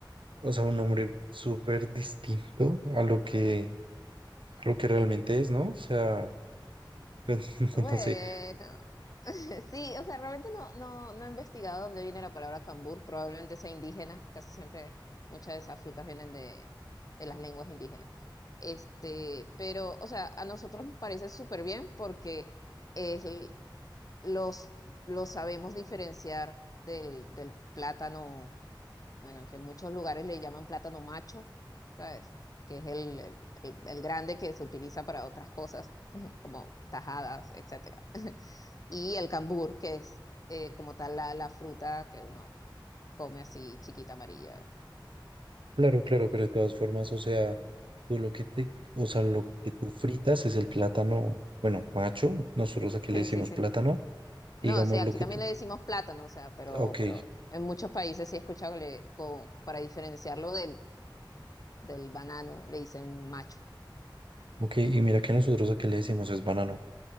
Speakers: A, on the right; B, on the left.
A: o sea, un hombre súper distinto a lo que, a lo que realmente es, ¿no? O sea, pues, <laughs>
B: bueno.
A: no sé.
B: <laughs> Sí, o sea, realmente no, no, no he investigado dónde viene la palabra cambur, probablemente sea indígena, casi siempre muchas de esas frutas vienen de, de las lenguas indígenas. Este, pero, o sea, a nosotros nos parece súper bien porque es, l- los, los sabemos diferenciar del, del plátano bueno, que en muchos lugares le llaman plátano macho, ¿sabes? Que es el, el- el- el grande que se utiliza para otras cosas, <laughs> como tajadas, etcétera. <laughs> Y el cambur, que es eh, como tal la, la fruta que uno come así chiquita amarilla.
A: Claro, claro, pero de todas formas, o sea, tú lo que te, o sea, lo que tú fritas es el plátano, bueno, macho, nosotros aquí le
B: Sí,
A: decimos
B: sí, sí.
A: plátano, digamos
B: No, o sea,
A: lo
B: aquí
A: que
B: también
A: te,
B: le decimos plátano, o sea, pero,
A: ah, ok,
B: pero en muchos países sí he escuchado que le, co- para diferenciarlo del, del banano le dicen macho.
A: ok, y
B: <laughs>
A: mira que nosotros aquí le decimos es banano.